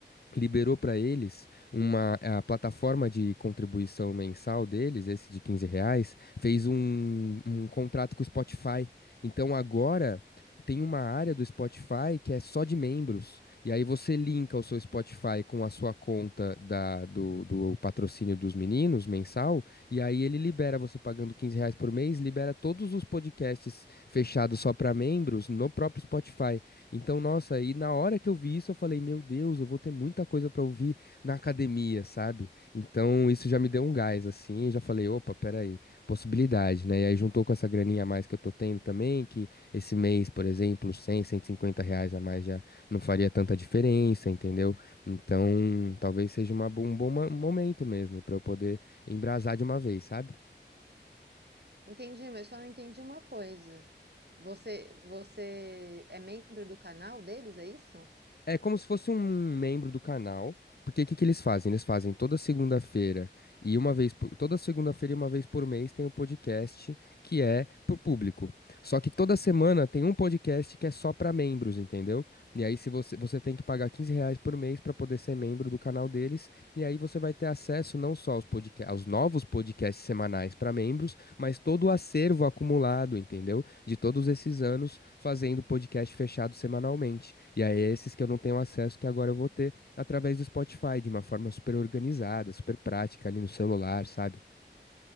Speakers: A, on the left; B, on the right.
A: liberou para eles uma a plataforma de contribuição mensal deles, esse de 15 reais, fez um, um contrato com o Spotify. Então agora tem uma área do Spotify que é só de membros. E aí você linka o seu Spotify com a sua conta da, do, do patrocínio dos meninos mensal, e aí ele libera você pagando 15 reais por mês, libera todos os podcasts fechados só para membros no próprio Spotify. Então, nossa, aí na hora que eu vi isso, eu falei, meu Deus, eu vou ter muita coisa pra ouvir na academia, sabe? Então, isso já me deu um gás, assim, eu já falei, opa, peraí, possibilidade, né? E aí juntou com essa graninha a mais que eu tô tendo também, que esse mês, por exemplo, cem cento e cinquenta reais a mais já não faria tanta diferença, entendeu? Então, talvez seja uma, bo- um bom ma- um momento mesmo pra eu poder embrasar de uma vez, sabe?
B: Entendi, mas só não entendi uma coisa. Você você é membro do canal deles, é isso?
A: É como se fosse um membro do canal, porque o que que eles fazem? Eles fazem toda segunda-feira e uma vez por, toda segunda-feira e uma vez por mês tem um podcast que é pro público. Só que toda semana tem um podcast que é só para membros, entendeu? E aí se você, você tem que pagar 15 reais por mês para poder ser membro do canal deles, e aí você vai ter acesso não só aos podca- aos novos podcasts semanais para membros, mas todo o acervo acumulado, entendeu? de todos esses anos fazendo podcast fechado semanalmente. E aí, é esses que eu não tenho acesso, que agora eu vou ter através do Spotify, de uma forma super organizada, super prática ali no celular, sabe?